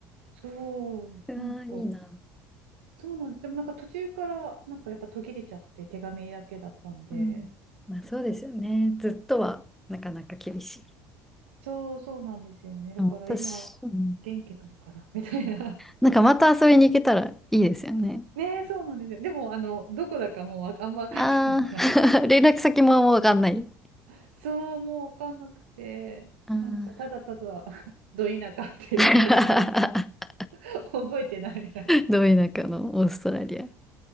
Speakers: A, on the right; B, in the centre.
A: そう、
B: うわ、
A: なんか、
B: いいな。
A: そうなんです。でもなんか途中から、なんかやっぱ途切れちゃって、手紙だけだったんで、
B: うん。まあ、そうですよね。ずっとはなかなか厳しい。
A: そう、そうなんですよね。だから今、
B: でも私、うん、
A: 元気なのかな <laughs> みたいな。
B: なんかまた遊びに行けたらいいですよね。
A: <laughs> ねえ、そうなんですよ。でも、あの、どこだかもうあ、あんま分かってないんで、
B: あ
A: あの、
B: あ、<laughs> 連絡先ももうわかんない。
A: <laughs> そう、もう分かんなくて、
B: あ
A: なんか、ただただ、<laughs> ど田舎っていうことしか
B: あ。<laughs>
A: <laughs> 覚えてないみたいな。
B: どい中のオーストラリア。